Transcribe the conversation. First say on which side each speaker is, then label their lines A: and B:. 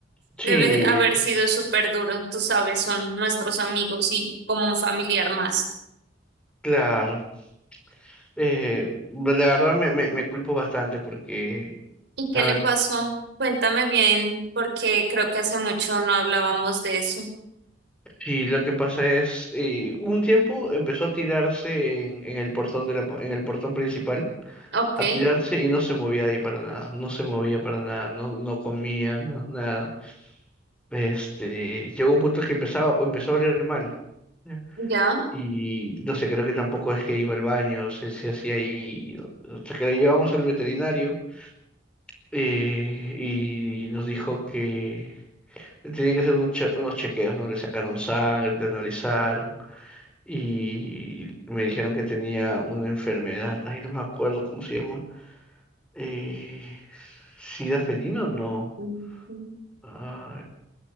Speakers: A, in the centre; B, on the right (about 65°).
A: Sí,
B: Debe haber sido súper duro. Tú sabes, son nuestros amigos y como un familiar más.
A: claro. Eh, pues, la verdad me, me, me culpo bastante porque,
B: ¿Y qué
A: a
B: le
A: ver,
B: pasó? Cuéntame bien, porque creo que hace mucho no hablábamos de eso.
A: sí, lo que pasa es, eh, un tiempo empezó a tirarse en, en el portón de la, en el portón principal.
B: Ok,
A: a tirarse y no se movía de ahí para nada, no se movía para nada, no, no comía, no, nada. Este, llegó un punto que empezaba, o empezó a oler mal. ¿ya?
B: ya.
A: Y no sé, creo que tampoco es que iba al baño, se, se hacía ahí. O sea, que lo llevamos al veterinario eh, y nos dijo que tenían que hacer un che- unos chequeos, ¿no? Le sacaron sangre, le analizaron y me dijeron que tenía una enfermedad. Ay, no me acuerdo cómo se llama. Eh, ¿sida felino? No.
B: Ujú.
A: Ah,